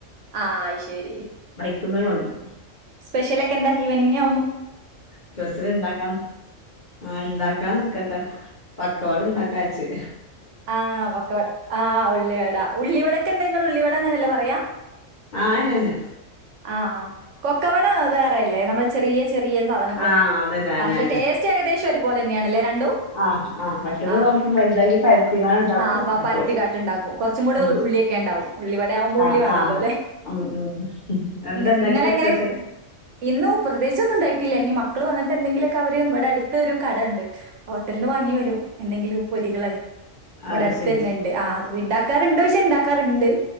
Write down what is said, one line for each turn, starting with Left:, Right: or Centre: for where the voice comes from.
Right: ആ അയ് ശരി.
Left: ബൈക്ക്മ്മേ കൊണ്ടരും.
Right: സ്പെഷ്യലക്കെന്താ ഇവനിങ്
Left: സ്പെഷ്യൽണ്ടാക്കാൻ ആ ഇണ്ടാക്കാൻ നിക്കട്ടെ. പക്കവണ്ടാക്കാച്ചു.
Right: ആ പൊക്കവട ആ ഉള്ളിവടാ ഉള്ളിവടക്കന്തെങ്ങൾ ഉള്ളിവടാന്നല്ലേ പറയാ?
Left: ആ അന്ന ന്നെ.
Right: ആ കൊക്കവട വേറെല്ലേ, നമ്മളെ ചെറിയ ചെറിയ സാധനങ്ങള്.
Left: ആഹ് അതന്നെ അയന്നെന്നെ
Right: ആ പക്ഷെ ടേസ്റ്റ് ഏകദേശം ഒരുപോലെന്നെയാണല്ലേ രണ്ടും
Left: ആഹ് ആഹ് മറ്റത്
Right: ആ
Left: കൊറച്ച് വലുതാക്കി പരത്തിങ്ങാണ്ട് ഇണ്ടാക്കും
Right: ആ പ്പൊ
Left: മറ്റേത്
Right: പരുത്തികാട്ട്ണ്ടാക്കും കുറച്ചുംകൂടെ
Left: ഉം
Right: ഉള്ളിയൊക്കെ ണ്ടാവും. ഉള്ളിവടാവുമ്പോ
Left: ആഹ്
Right: ഉള്ളി വാണല്ലോ
Left: ആഹ്
Right: ല്ലേ?
Left: ഉം ഉം. എന്താ
Right: ഇങ്ങ
Left: ഇണ്ടാക്കിയെ
Right: ഇങ്ങളെങ്ങനെ
Left: സ്പെഷ്യൽ
Right: ഇന്നും പ്രത്യേചൊന്നും ഉണ്ടായിട്ടില്ല ഇനി മക്കള് വന്നിട്ടന്തെങ്കിലൊക്കെ അവര് ഇവടെ അടുത്തൊരു കടണ്ട് ഹോട്ടൽന്ന് വാങ്ങി വരും. എന്തെങ്കിലും പൊരികളായി ഇവിടെ
Left: അഹ്
Right: അടുത്തന്നെണ്ട്
Left: ശരി
Right: ആഹ് ഇണ്ടാക്കാറുണ്ട് ഇണ്ടാക്കാറുണ്ട്